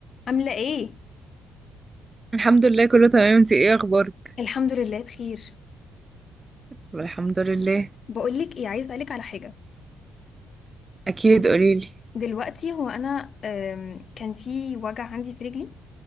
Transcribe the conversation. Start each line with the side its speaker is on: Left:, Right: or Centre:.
Left: عاملة ايه؟
Right: الحمد لله كله تمام انتي ايه اخبارك
Left: الحمد لله بخير
Right: طب الحمد لله
Left: بقولك ايه عايز اسألك على حاجة
Right: اكيد
Left: بس.
Right: قوليلي
Left: دلوقتي هو انا آم، كان في وجع عندي في رجلي